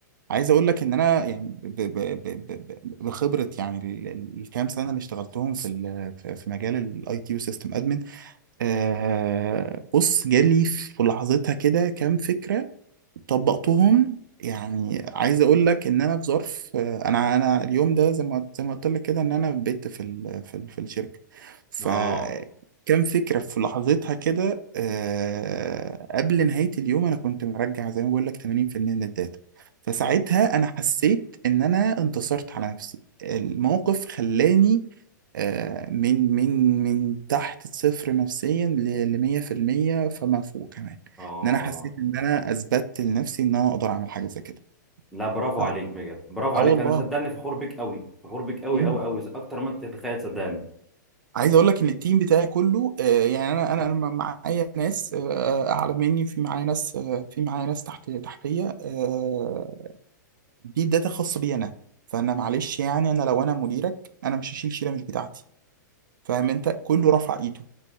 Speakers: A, on the right; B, in the centre.
A: عايز اقول لك ان انا يعني ب- ب- ب- ب- ب- بخبره يعني ال- ال- الكام سنه اللي اشتغلتهم في ال- في في مجال الاي تي يو سيستم آه بص جالي في لحظتها كده كام فكرة طبقتهم يعني عايز اقول لك ان انا في ظرف آه، انا انا اليوم ده زي ما زي ما قلت لك كده ان انا بت في ال في ال في الشركه فكان
B: اه
A: فكره في لحظتها كده آه، قبل نهايه اليوم انا كنت مرجع زي ما بقول لك 80% من الداتا فساعتها انا حسيت ان انا انتصرت على نفسي الموقف خلاني آه، من من من تحت الصفر نفسيا ل 100% فما فوق كمان
B: اه
A: ان انا حسيت ان انا اثبتت لنفسي ان انا اقدر اعمل حاجه زي كده
B: لا برافو
A: ف...
B: عليك بجد برافو
A: اه
B: عليك
A: والله
B: انا صدقني فخور بيك قوي فخور بيك قوي
A: امم
B: قوي قوي اكتر ما انت تتخيل صدقني
A: عايز اقول لك ان التيم بتاعي كله آه، يعني انا انا انا معايا ناس آه، اعلى مني وفي معايا ناس آه، في معايا ناس تحت تحتيه آه، دي داتا خاصه بي انا فانا معلش يعني انا لو انا مديرك انا مش هشيل شيله مش بتاعتي فاهم انت كله رفع ايده